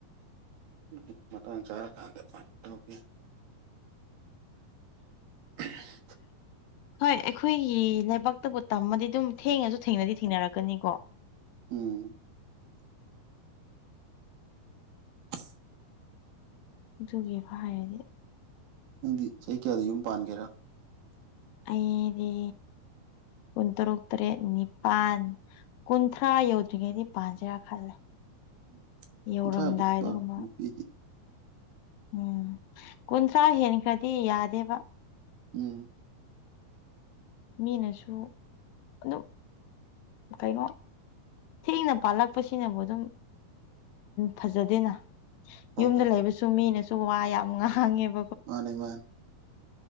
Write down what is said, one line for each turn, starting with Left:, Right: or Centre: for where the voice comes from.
Right: ꯎꯝ ꯃꯇꯥꯡ ꯆꯥꯔꯀꯥꯟꯗ ꯇꯧꯦꯕꯅꯤ <unintelligible>
Left: ꯍꯣꯏ ꯑꯩꯈꯣꯏꯒꯤ ꯂꯩꯕꯥꯛꯇꯕꯨ ꯇꯝꯃꯗꯤ ꯑꯗꯨꯝ ꯊꯦꯡꯉꯁꯨ ꯊꯦꯡꯅꯗꯤ ꯊꯦꯡꯅꯔꯛꯀꯅꯤꯀꯣ
Right: ꯎꯝ <unintelligible>
Left: ꯑꯗꯨꯒꯤꯕ ꯍꯥꯏꯔꯗꯤ
Right: ꯅꯪꯗꯤ ꯆꯍꯤ ꯀꯌꯥꯗ ꯌꯨꯝ ꯄꯥꯟꯒꯦꯔꯥ
Left: ꯑꯩꯗꯤ ꯀꯨꯟ ꯇꯔꯨꯛ ꯇꯔꯦꯠ ꯅꯤꯄꯥꯟ ꯀꯨꯟꯊ꯭ꯔꯥ ꯌꯧꯗ꯭ꯔꯤꯉꯩꯗꯤ ꯄꯖꯔꯥ ꯈꯜꯂꯦ
Right: ꯎꯝ
Left: ꯌꯧꯔꯝꯗꯥꯏ
Right: ꯀꯨꯟꯊ꯭ꯔꯥꯕꯨꯗꯤ
Left: ꯑꯗꯨꯒꯨꯝꯕ
Right: ꯄꯥ ꯅꯨꯄꯤꯗꯤ
Left: ꯎꯝ ꯀꯨꯟꯊ꯭ꯔꯥ ꯍꯦꯟꯈ꯭ꯔꯗꯤ ꯌꯥꯗꯦꯕ
Right: ꯎꯝ
Left: ꯃꯤꯅꯁꯨ ꯑꯗꯨꯝ ꯀꯩꯅꯣ ꯊꯦꯡꯅ ꯄꯥꯜꯂꯛꯄꯁꯤꯅꯕꯨ ꯑꯗꯨꯝ ꯐꯖꯗꯦꯅ
Right: ꯍꯣ
Left: ꯌꯨꯝꯗ
Right: ꯍꯣ
Left: ꯂꯩꯕꯁꯨ ꯃꯤꯅꯁꯨ ꯋꯥ ꯌꯥꯝ ꯉꯥꯡꯉꯦꯕ
Right: ꯃꯥꯅꯤ ꯃꯥꯅꯦ